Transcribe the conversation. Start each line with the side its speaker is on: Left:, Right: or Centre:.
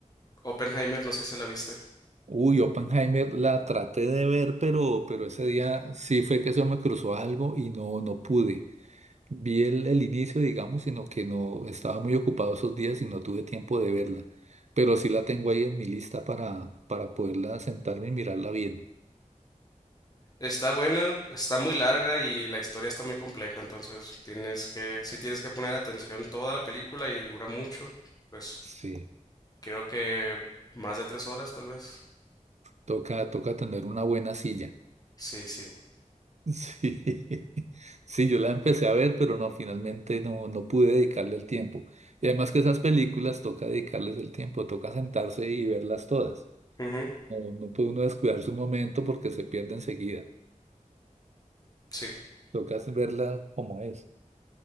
Left: Oppenheimer, no sé si la viste.
Right: Uy, Oppenheimer la traté de ver, pero, pero ese día sí fue que se me cruzó algo y no, no pude. Vi el, el inicio, digamos, sino que no estaba muy ocupado esos días y no tuve tiempo de verla. Pero sí la tengo ahí en mi lista para, para poderla sentarme y mirarla bien.
Left: Está buena, está muy larga y la historia está muy compleja, entonces tienes que, si tienes que poner atención toda la película y dura mucho, pues
Right: Sí.
Left: creo que más de tres horas tal vez.
Right: Toca, toca tener una buena silla.
Left: Sí, sí.
Right: Sí, <laughs> sí, yo la empecé a ver, pero no, finalmente no, no pude dedicarle el tiempo. Y además que esas películas toca dedicarles el tiempo, toca sentarse y verlas todas.
Left: Ujú,
Right: No, no puede uno descuidar su momento porque se pierde enseguida.
Left: Sí.
Right: Toca verla como es.